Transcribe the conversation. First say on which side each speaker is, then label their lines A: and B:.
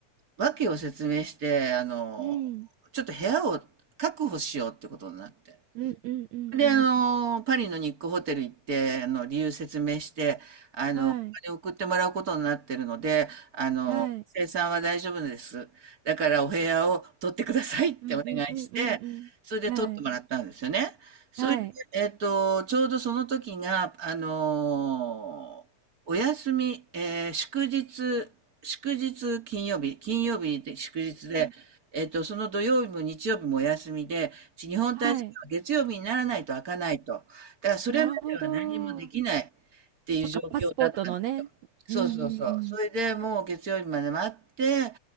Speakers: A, on the right; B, on the right.
A: 訳を説明して、あの、
B: うん。
A: ちょっと部屋を確保しようってことになって。
B: うんうんうんうん。
A: で、あの、パリのニックホテル行って、あの、理由説明して、あの、
B: はい。
A: お金送ってもらうことになってるので、あの、
B: はい。
A: 生産は大丈夫です。だからお部屋を取ってくださいってお願いして、
B: うんうんうんうんうん。
A: それで取ってもらったんですよね。
B: はい。
A: それで、
B: はい。
A: えっと、ちょうどその時が、あの、お休み、えー祝日、祝日金曜日、金曜日で祝日で、
B: うん
A: えっと、その土曜日も日曜日もお休みで、ち日本大使月曜日にならないと開かないと。
B: はい。
A: だからそれまでは何もできないっ
B: なるほど。
A: ていう状況だったんですよ。
B: そっか、パスポートのね。
A: そうそうそう。
B: うんうん
A: それでもう月曜日まで待って、